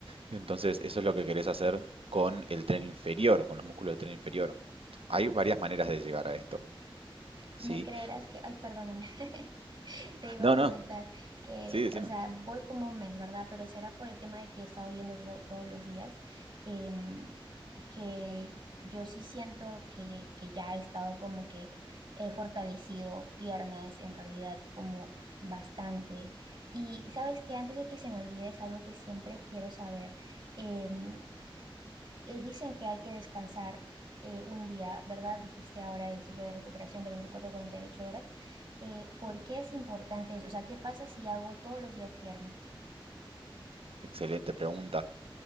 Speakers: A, on the right; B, on the right.
A: Entonces, eso es lo que querés hacer con el tren inferior, con los músculos del tren inferior. Hay varias maneras de llegar a esto, ¿sí?
B: ¿Me creerás que, ay, perdóname, <laughs> Te iba
A: No,
B: a comentar
A: no,
B: que,
A: sí, decime.
B: o sea, voy como un mes, ¿verdad? Pero será por el tema de que he estado yendo to- todos los días, em, que yo sí siento que, que ya he estado como que he fortalecido piernas, en realidad como bastante. Y sabes que antes de que se me olvide es algo que siempre quiero saber. em, eh, dicen que hay que descansar eh, un día, ¿verdad? Dijiste ahora el ciclo de recuperación de 24 a 48 horas. Eh, ¿por qué es importante eso? O sea, ¿qué pasa si hago todos los días pierna?
A: Excelente pregunta.